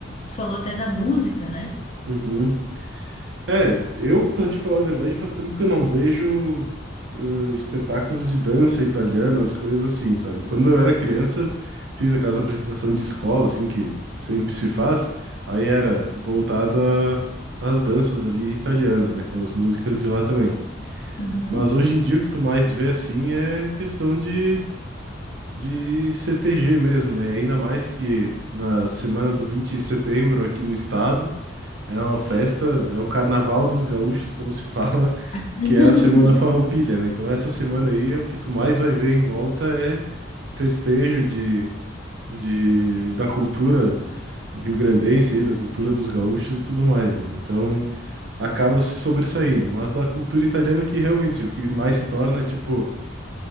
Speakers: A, on the left; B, on the right.
A: Tu falou até da música, né?
B: Uhum. É, eu, pra te falar a verdade, faz tempo que eu não vejo ãh, espetáculos de dança italiana, as coisas assim, sabe? Quando eu era criança, fiz aquelas apresentações de escola, assim, que sempre se faz, aí era voltada às danças ali italianas, né? Com as músicas de lá também.
A: Uhum.
B: Mas hoje em dia o que tu mais vê, assim, é questão de, de C T G mesmo, né? Ainda mais que na semana do 20 de setembro aqui no estado. É uma festa, é o carnaval dos gaúchos, como se fala,
A: <laughs>
B: que é a semana farroupilha, né? Então essa semana aí é o que tu mais vai ver em volta é festejo de, de da cultura rio-grandense aí, da cultura dos gaúchos e tudo mais, né? Então acaba se sobressaindo, mas da cultura italiana que realmente o que mais se torna é tipo